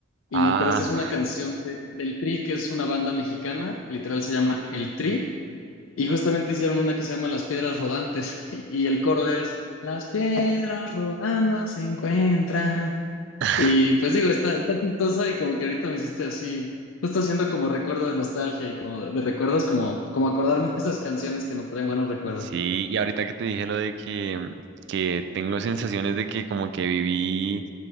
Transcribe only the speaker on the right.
Ah.
<laughs>
Sí, y ahorita que te dije lo de que, que tengo sensaciones de que como que viví,